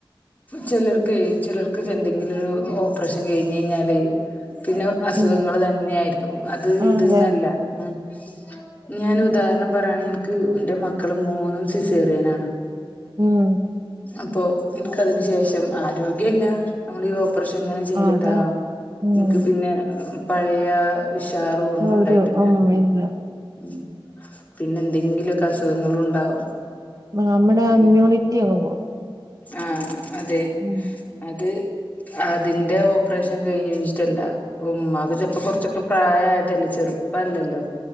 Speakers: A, on the left (about 20°); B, on the right (about 40°).
A: ചിലർക്കയ് ചിലർക്ക് എന്തെങ്കിലും ഒരു ഓപ്പറേഷൻ കഴിഞ്ഞ് കഴിഞ്ഞാല് പിന്നെ അസുഖങ്ങള്
B: ഉം
A: തന്നെയായിരിക്കും അത്
B: ആ
A: ഇത്
B: അതെ
A: ന്നല്ല ഉം ഞാന് ഉദാഹരണം പറയാണ് ഇൻക്ക് ന്റെ മക്കള് മൂന്നും സിസേറിയനാണ്.
B: ഉം
A: അപ്പൊ ഇൻക്കതിന് ശേഷം ആരോഗ്യല്ല നമ്മള് ഈ ഓ പ്പറേഷങ്ങനെ ചെയ്തിട്ടാ
B: ആ അതാ ഉം
A: എനിക്ക് പിന്നെ പഴയ. ഉഷാറും ഒന്നും
B: ആ
A: ഉണ്ടായിട്ടില്ല
B: ഒരു
A: ഉം
B: ഇല്ല
A: ഉം പിന്നെ എന്തെങ്കിലൊക്കെ അസുഖങ്ങളും ഉണ്ടാവും.
B: നമ്മുടെ ആ
A: ഉം
B: ഇമ്മ്യൂണിറ്റി അങ്ങ് പോവും.
A: ആഹ് അതെ.
B: ഉം
A: അത് അതിന്റെ ഓപ്പറേഷൻ കഴിഞ്ഞ്ച്ച്ട്ടല്ല. അപ്പം ഉമ്മാക് ചെൽപ്പം കുറച്ചൊക്കെ പ്രായായതല്ലേ ചെറുപ്പല്ലല്ലോ?